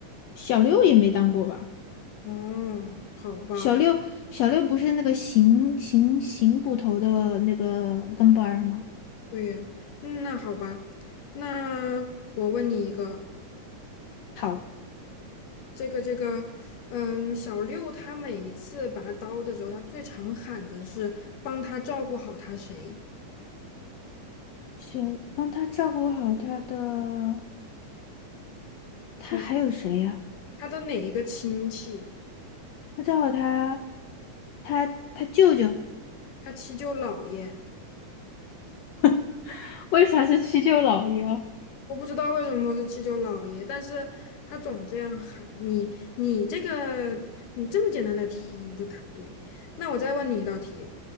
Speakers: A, on the left; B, on the left.
A: 小六也没当过吧？
B: 哦，好吧，
A: 小六，小六不是那个邢邢邢捕头的那个跟班儿吗？
B: 对呀，嗯那好吧，那我问你一个。
A: 好，
B: 这个这个，嗯，小六他每一次拔刀的时候，他最常喊的是帮他照顾好他谁，
A: 小帮他照顾好他的，他还有谁呀、
B: 嗯，他的哪一个亲戚，
A: 他照顾他，他他舅舅，
B: 他七舅姥爷，
A: <laughs> 为啥是七舅姥爷啊？
B: 我不知道为什么是七舅姥爷，但是他总这样喊你，你这个你这么简单的题你都答不对，那我再问你一道题，